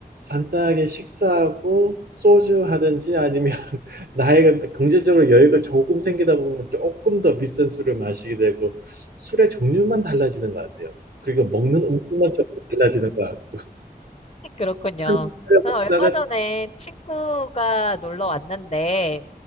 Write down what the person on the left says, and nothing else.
<laughs> 그렇군요.
저는 얼마
전에 친구가 놀러 왔는데,